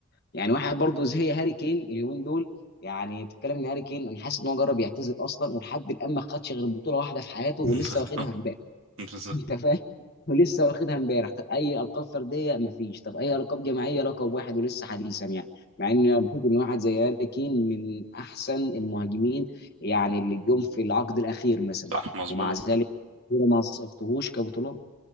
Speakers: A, on the left; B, on the right.
A: يعني واحد برضو زي هاري كين اليومين دول يعني بتتكلم ان هاري كين انا حاسس ان هو جرب يعتزل اصلا ولحد الان ما خدش غير بطوله واحده في حياته
B: <laughs>
A: ولسه واخدها
B: بالظبط
A: امبارح
B: بالظبط.
A: انت فاهم ولسه واخدها امبارح طب اي القاب فرديه مفيش طب اي القاب جماعيه لقب واحد ولسه حديثا يعني مع ان انا بشوف ان واحد زي هاري كين من احسن المهاجمين يعني اللي جم في العقد الاخير مثلا
B: صح مظبوط
A: ومع ذلك كورة ما صفتهوش كبطولات